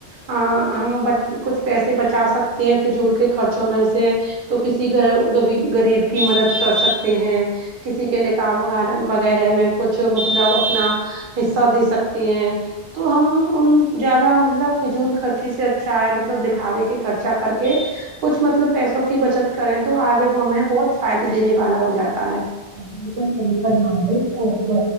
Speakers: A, on the right; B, on the right.
A: ا ہم بچ کچھ پیسے بچا سکتے ہیں فضول کے خرچوں میں سے تو کسی گ غریب کی مدد کر سکتے ہیں کسی کے نکاح وغیرہ وغیرہ میں کچھ مطلب اپنا حصہ دے سکتے ہیں تو ہم ان زیادہ مطلب فضول خرچی سے اچھا ہے مطلب دکھاوے کے خرچہ کر کے کچھ مطلب پیسوں کی بچت کریں تو آگے وہ ہمیں بہت فائدے دینے والا ہو جاتا ہے
B: آپ بالکل صحیح فرما رہی ہو